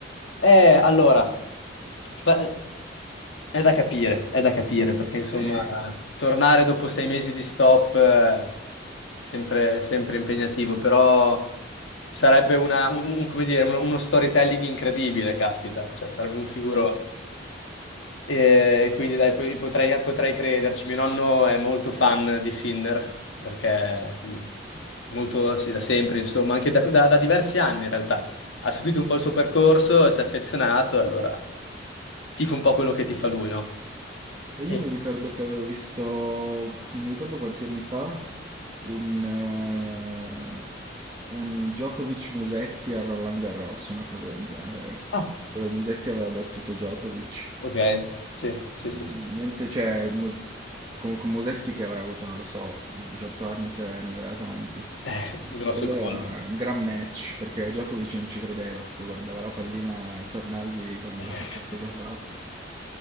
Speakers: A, on the left (about 90°); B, on the right (about 20°).
A: Eh, allora, pa- è da capire, è da capire, perché insomma,
B: <laughs>
A: tornare dopo sei mesi di stop è sempre, sempre impegnativo, però sarebbe una, un- un- come dire, uno, uno storytelling incredibile, caspita, cioè sarebbe un figurone. E quindi dai, poi potrei, potrei crederci. Mio nonno è molto fan di Sinner, perché mhmm, molto, sì, da sempre, insomma, anche da, da- da diversi anni in realtà. Ha seguito un po' il suo percorso, e si è affezionato, e allora tifo un po' quello che tifa lui, no?
B: E
A: E-
B: Io mi ricordo che avevo visto, non mi ricordo quanti anni fa, un, eh, un Djokovic-Musetti a Roland Garros, una cosa del genere,
A: Ah,
B: dove Musetti aveva battuto Djokovic.
A: Ok, sì, sì,
B: Niente,
A: sì, sì, sì. sì. <laughs>
B: cioè, m- con, con Musetti che avrà avuto, non lo so, 18 anni se ne aveva tanti.
A: Eh, grosso
B: Quello
A: colpo.
B: era un gran match, perché Djokovic non ci credeva, proprio guardava la pallina tornargli con
A: <laughs>
B: la faccia stupefatta.